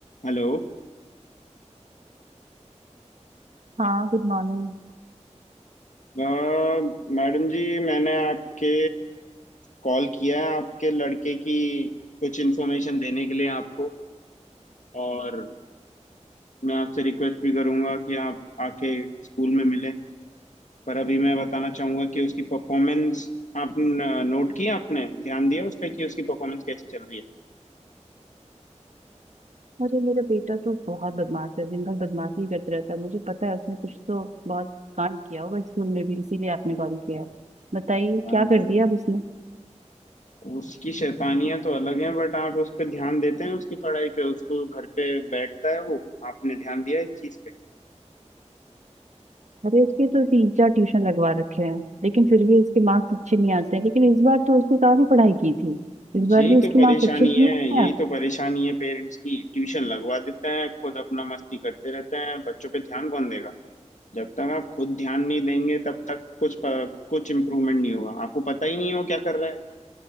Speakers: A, on the left (about 80°); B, on the right (about 70°).
A: Hello
B: हाँ good morning
A: अ, madam जी मैंने आपके कॉल किया है आपके लड़के की कुछ इन्फॉर्मेशन देने के लिए आपको और मैं आपसे रिक्वेस्ट भी करूंगा कि आप आके स्कूल में मिलें पर अभी मैं बताना चाहूंगा कि उसकी परफॉर्मेंस आप नोट की आपने ध्यान दिया उस पर कि उसकी परफॉर्मेंस कैसी चल रही है
B: अरे मेरा बेटा तो बहुत बदमाश है दिन भर बदमाशी ही करते रहता है मुझे पता है उसने कुछ तो बहुत कांड किया होगा स्कूल में भी इसीलिए आपने कॉल किया है बताइए
A: हाँ
B: क्या कर
A: जी
B: दिया अब उसने
A: उसकी शैतानियां तो अलग हैं बट आप उस पर ध्यान देते हैं उसकी पढ़ाई पे उसको घर पे बैठता है वो आपने ध्यान दिया इस चीज़ पे
B: अरे उसके तो तीन चार ट्यूशन लगवा रखे हैं लेकिन फिर भी उसके मार्क्स अच्छे नहीं आते हैं लेकिन इस बार तो उसने काफी पढ़ाई की थी इस बार
A: यही
B: भी उसके
A: तो परेशानी
B: मार्क्स अच्छे क्यों
A: है
B: आ
A: यही
B: गया
A: तो परेशानी है पेरेंट्स की ट्यूशन लगवा देते हैं खुद अपना मस्ती करते रहते हैं बच्चों पे ध्यान कौन देगा जब तक आप खुद ध्यान नहीं देंगे तब तक कुछ प, कुछ इम्प्रूवमेंट नहीं होगा आपको पता ही नहीं हो क्या कर रहा है